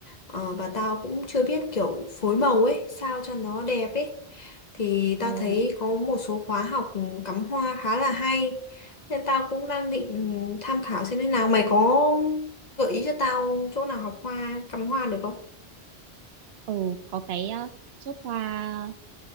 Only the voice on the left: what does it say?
ờ, và tao cũng chưa biết kiểu phối màu ấy sao cho nó đẹp ấy thì
tao thấy có một số khóa học cắm hoa khá là hay nên tao cũng đang định tham khảo xem thế nào mày có gợi ý cho tao chỗ nào học hoa cắm hoa được không